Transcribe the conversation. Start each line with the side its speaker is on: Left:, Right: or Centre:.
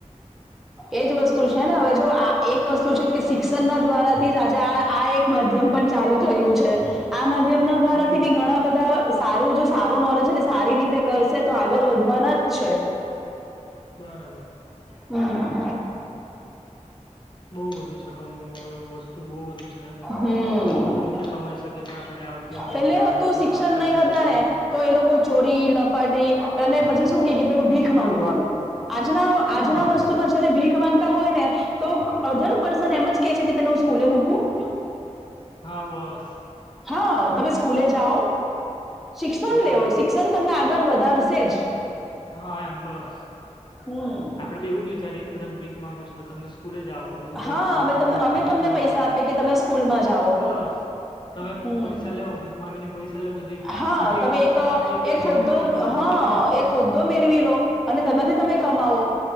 Centre: એજ વસ્તુ છે ને હવે જો આ એક વસ્તુ છે કે શિક્ષણ ના દ્વારાથી જ આજે આ એક માધ્યમ પણ ચાલુ થયું છે આ માધ્યમ ના દ્વારા
Left: હમ
Centre: થી બી ઘણા બધા સારું જો સારું નોલેજને સારી રીતે કરશે તો આગળ વધવાના જ છે
Left: બરાબર
Centre: હમ
Left: બઉુ બધુ છે કમા વસ્તુ બહુ બધુ છે
Centre: હમ
Left: બહુ રીતે કમાઈ શકેી આપણે જે
Centre: પેલે
Left: જેમ કે આપડ
Centre: હતું
Left: અત્યારે
Centre: શિક્ષણ
Left: વાત કરતા
Centre: નહી
Left: છે
Centre: હતા
Left: તેવી રીતે
Centre: ને તો એ લોકો ચોરી લપાટી અને પછી શું કે પેલું ભીખ માંગવાનું આજના
Left: હા
Centre: આજના વસ્તુ જયારે ભીખ ગતા હોય ને તો અડધર પર્સન એમ જ કે છે કે તને હું સ્કૂલે મૂકું
Left: હા બસ
Centre: હા તમે સ્કૂલે જાઓ શિક્ષણ
Left: બરાબર
Centre: લેવ શિક્ષણ તમને આગળ વધારશે જ
Left: હા એમ બસ
Centre: હમ.
Left: આપણે બે એવું વિચારી એનેત મે ભીક માગો છો તો તમને સ્કુલે જ આવો બધું કરો
Centre: હા
Left: કમાવો
Centre: અમે
Left: હાથ
Centre: અમે
Left: પગે
Centre: તમને
Left: કમાવો
Centre: પૈસા
Left: એમ
Centre: આપીએ કે તમે સ્કૂલમાં જાઓ
Left: બસ તમે
Centre: હમ
Left: પૈસા લેવો ભીખ માંગીને પૈસા લેવો તો તે
Centre: હા
Left: બીજી
Centre: તમે
Left: વસ્તુમાં
Centre: એક
Left: કામ લાગે
Centre: એક હોદ્દો
Left: એના કરતા તમે
Centre: હ
Left: ભણો ને
Centre: એક હોદ્દો મેળવી લો અને તેમાંથી તમે કમાવો